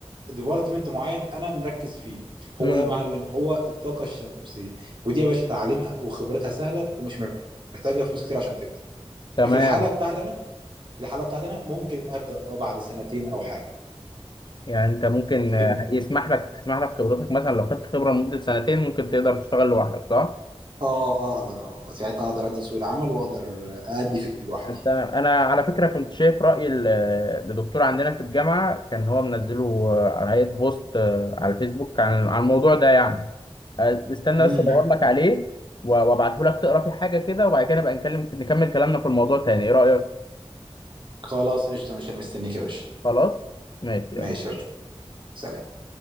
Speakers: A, on the right; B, on the left.
A: ديبارتمنت معين انا مركز فيه
B: امم
A: هو يا معلم هو الطاقه الشمسيه ودي يا باشا تعليمها وخبرتها سهله ومش محتاجه فلوس كتير عشان تبدا
B: تمام
A: ففي الحاله بتاعتي انا في الحاله بتاعتي انا ممكن ابدا اه بعد سنتين او حاجه
B: يعني انت ممكن
A: فاهمني
B: آه، يسمح لك تسمح لك خبرتك مثلا لو خدت خبره لمده سنتين ممكن تقدر تشتغل لوحدك صح
A: اه آه، اقدر اه ساعتها اقدر انزل سوق العمل واقدر آه، ادي فيه لوحدي
B: انت انا على فكره كنت شايف راي ال- لدكتور عندنا في الجامعه كان هو منزله آه، على هيئه بوست آه، على الفيسبوك عن عن الموضوع ده يعني آه، استنى
A: امم
B: بس ادور لك عليه و- وابعته لك تقرا فيه حاجه كده وبعد كده نبقى نكلم نكمل كلامنا في الموضوع تاني ايه رايك
A: خلاص قشطه ماشي انا مستنيك يا باشا
B: خلاص ماشي
A: ماشي يا باشا سلام